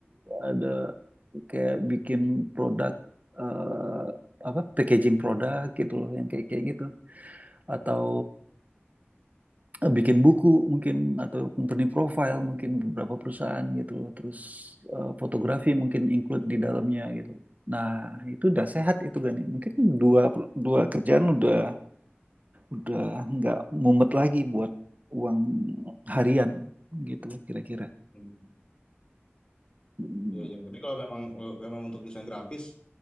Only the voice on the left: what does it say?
Hmm,
Iya, iya. Tapi kalau memang kalau memang untuk desain grafis,